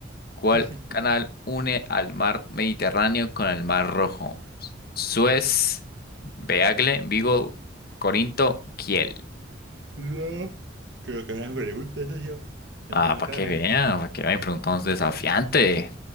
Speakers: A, on the left (about 55°); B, on the right (about 65°).
A: ¿Cuál
B: <laughs>
A: canal une al mar Mediterráneo con el mar Rojo? Suez, Beagle, Vigo, Corinto, Kiel.
B: No, creo que una pregunta, socio. Son
A: Ah,
B: todas
A: para
B: raras.
A: que vean, para que vean, preguntamos desafiante.